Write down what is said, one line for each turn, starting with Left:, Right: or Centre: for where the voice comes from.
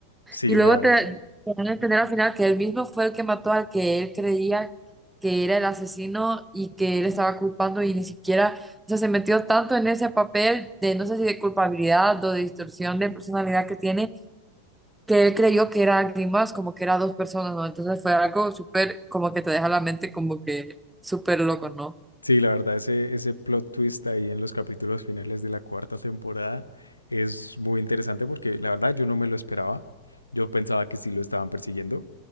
Left: sí,
Centre: Y luego
Left: la verdad.
Centre: te, te dan a entender al final que él mismo fue el que mató al que él creía que era el asesino y que él estaba culpando y ni siquiera... O sea, se metió tanto en ese papel de, no sé si de culpabilidad o de distorsión de personalidad que tiene, que él creyó que era alguien más, como que era dos personas, ¿no? Entonces fue algo súper, como que te deja la mente como que súper loco, ¿no?
Left: Sí, la verdad, ese, ese plot twist ahí en los capítulos finales de la cuarta temporada es muy interesante porque la verdad yo no me lo esperaba. Yo pensaba que sí lo estaban persiguiendo.